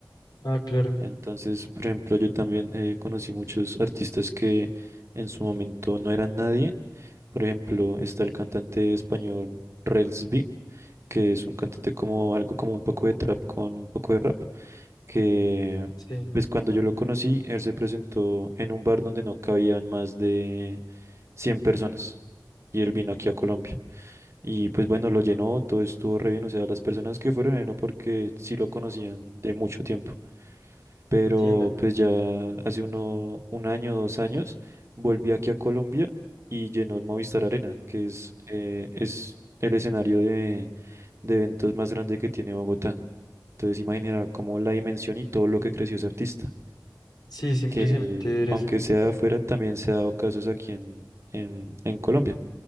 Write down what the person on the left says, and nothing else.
Ah, claro,
sí,
entiendo.
Sí, es impresionante
ver
eso.